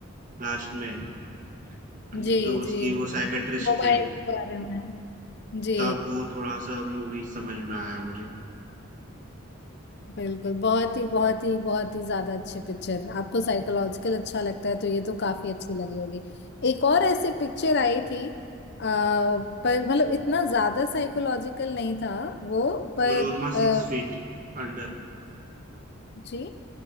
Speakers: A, on the right; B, on the left.
A: लास्ट में जो
B: जी
A: उसकी
B: जी
A: वो
B: जी
A: साइकेट्रिस्ट
B: मोबाइल
A: थी
B: के बारे में जी
A: तब वो थोड़ा-सा मूवी समझ में आया मुझे।
B: बिल्कुल बहुत ही बहुत ही बहुत ही ज्यादा अच्छी पिक्चर आपको साइकोलॉजिकल अच्छा लगता है तो ये तो काफी अच्छी लगी होगी एक और ऐसी पिक्चर आई थी आ, पर मतलब इतना ज्यादा साइकोलॉजिकल नहीं था वो पर
A: Manorama
B: आ,
A: six feet under
B: जी